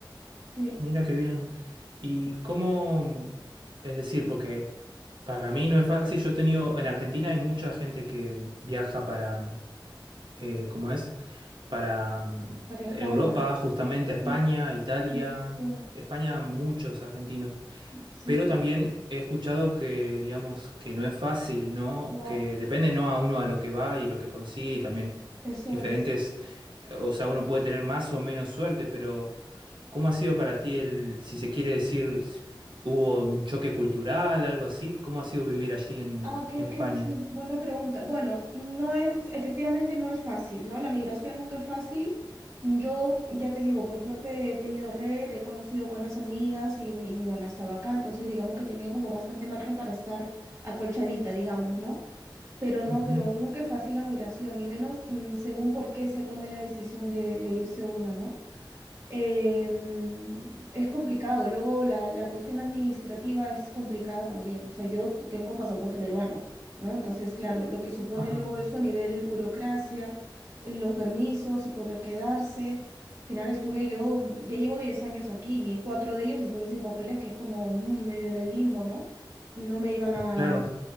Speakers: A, on the right (about 35°); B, on the right (about 70°).
A: Sí,
B: mira qué bien. ¿Y cómo? Es decir, porque para mí no es fácil. Yo he tenido, en Argentina hay mucha gente que viaja para, eh, ¿cómo es? Para mm,
A: para España.
B: Europa, justamente
A: Sí, sí, sí,
B: a España, Italia.
A: sí, sí,
B: España, muchos argentinos.
A: sí.
B: Pero también he escuchado que, digamos, que no es fácil, ¿no?
A: No,
B: Que depende, ¿no? A uno a lo que va y lo que consigue y también
A: eso
B: diferentes,
A: es.
B: o sea, uno puede tener más o menos suerte, pero ¿cómo ha sido para ti el, si se quiere decir, si hubo un choque cultural, algo así? ¿Cómo ha sido vivir allí en,
A: Ah,
B: en-
A: qué,
B: en España?
A: qué- sí, buena pregunta. Bueno, no es, efectivamente no es fácil, ¿no? La migración nunca es fácil. Yo, ya te digo, por suerte he tenido red, he conocido buenas amigas y, mi mi mamá estaba acá, entonces digamos que he tenido como bastante margen para estar acolchadita, digamos, ¿no? Pero no,
B: Ujú.
A: pero nunca es fácil la migración, y menos mm, según por qué se tome la decisión de, de irse uno, ¿no? Em, es complicado. Luego la, la cuestión administrativa es complicada también. O sea, yo tengo pasaporte peruano, ¿no? Entonces, claro, lo que supone
B: Ajá,
A: luego eso a nivel burocracia, eh, los permisos y poder quedarse. Al final estuve yo, ya llevo 10 años aquí y cuatro de ellos estuve sin papeles, que es como mm, medio en el limbo, ¿no? No me iban a
B: claro.